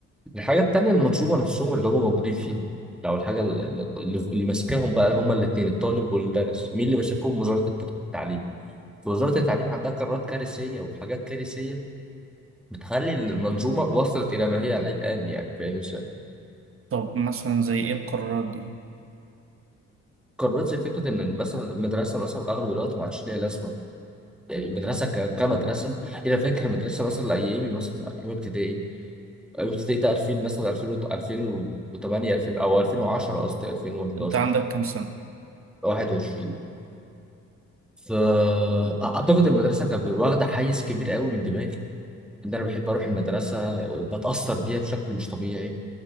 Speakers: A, in the centre; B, on the right (about 45°).
A: الحاجة التانية المنظومة نفسهم اللي هم موجودين فيها لو الحاجة ال- ال- اللي, اللي ماسكاهم بقى هما الاتنين الطالب والمدرس مين اللي ماسكهم وزارة الت- التعليم وزارة التعليم عندها قرارات كارثية وحاجات كارثية بتخلي المنظومة وصلت إلى ما هي عليه الآن يعني فاهم ازاي
B: طب مثلا زي ايه القرارات دي
A: قرارات زي فكرة إن مثلا المدرسة مثلا أغلب الوقت ما عادش ليها لازمة المدرسه ك- كمدرسه إيه انا فاكر مدرسه مثلا ايامي مثلا ايام ابتدائي ايام ابتدائي ده 2000 مثلا 2000 2008 2000 او 2010 قصدي 2011
B: انت عندك كام سنة
A: 21 فاعتقد المدرسه كانت واخده حيز كبير قوي من دماغي ان انا بحب اروح المدرسه بتاثر بيها بشكل مش طبيعي